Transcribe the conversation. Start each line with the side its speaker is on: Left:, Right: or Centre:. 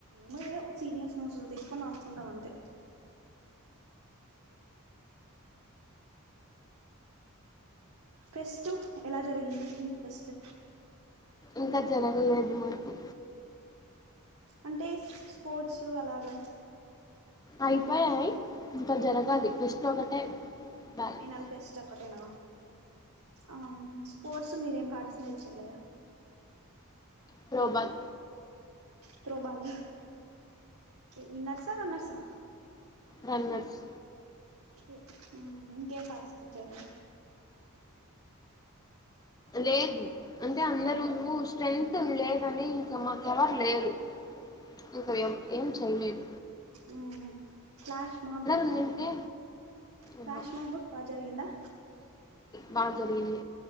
Right: మేముయ్యో సీనియర్స్ నోట్స్ తీసుకొని రాసుకుంటాం అంతే ఫెస్ట్ ఎలా జరిగింది మీకు ఫెస్ట్
Left: ఇంకా జరగలేదు మాకు
Right: అంటే స్పోర్ట్సు అలాగా
Left: అయిపోయాయి ఇంకా జరగాలి ఫెస్ట్ ఒకటే బ్యాలెన్స్
Right: అయినళ్ ఫెస్ట్ ఒక్కటేనా ఆ స్పోర్ట్స్ మీరేం పార్టిసిపేట్ చేయలేదా
Left: త్రోబాల్
Right: త్రో బాల్ విన్నర్సా రన్నర్సా
Left: రన్నర్స్
Right: ఇ ఆ ఇంకేం పార్టిసిపెట్ చేయరా
Left: లేదు అంటే అందరు స్ట్రెంత్ లేదని ఇంక మాకెవరు లేరు ఇక ఏం ఏం చెయలేం
Right: ఉ ఫ్లాష్ మాప్
Left: ఉండింటే
Right: ఫ్లాష్
Left: ఆహా
Right: మాప్ బా జరిగిందా
Left: బా జరిగింది